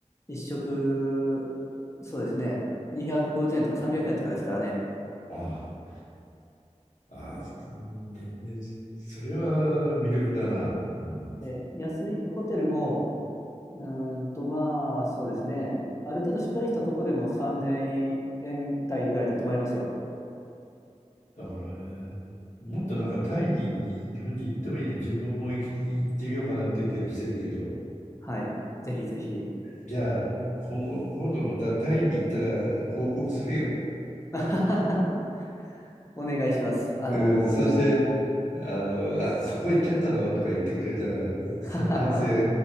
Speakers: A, on the left (about 25°); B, on the left (about 80°).
A: 一食、そうですね、250円とか300円とかですからね。
B: ああ、ねねそれは魅力だな。うん。
A: で、安いホテルも、うーんと、まあ、そうですね、ある程度しっかりしたとこでも3000円台ぐらいで泊まれますよ。
B: だから、ね、もっとなんかタイに日本人行ってもいいね。自分も行き、行ってみようかなって気がしてるけど。
A: はい。ぜひぜひ。
B: じゃあ、今後、今度またタイに行ったら報告するよ。
A: <laughs> お願いします。あの
B: うん、そして、あの、あ、そこ行っちゃったのとか言ってくれたら、その反省
A: ーははは